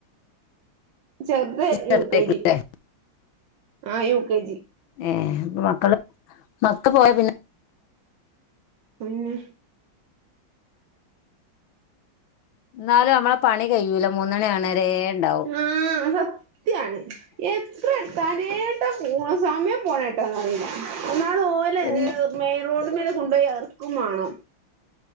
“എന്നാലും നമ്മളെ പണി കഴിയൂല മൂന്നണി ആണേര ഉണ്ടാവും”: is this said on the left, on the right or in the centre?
Left